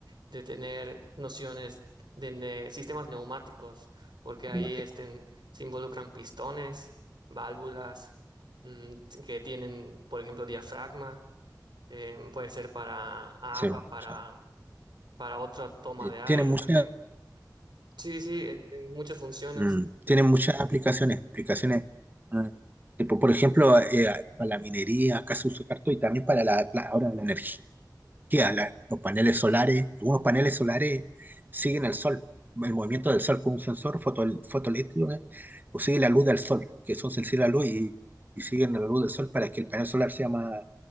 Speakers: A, on the right (about 90°); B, on the right (about 25°).
A: de tener nociones de ne- sistemas neumáticos, porque
B: no
A: ahí
B: te
A: estén,
B: escucho.
A: se involucran pistones, válvulas, mm, que tienen, por ejemplo, diafragma, em, puede ser para agua,
B: Sí, o
A: para,
B: sea,
A: para otra toma
B: eh,
A: de aire
B: tiene muchas
A: también. Sí, sí, este, muchas funciones.
B: Mm, tiene muchas aplicaciones, aplicaciones ah, tipo, por ejemplo, eh, para la minería, acá se usa harto, y también para la, la- ahora la energía, la- los paneles solares, algunos paneles solares siguen el sol, el movimiento del sol con un sensor foto, fotoeléctrico, ¿eh? o sigue la luz del sol, que son sensibles a la luz y, y siguen la luz del sol para que el panel solar sea más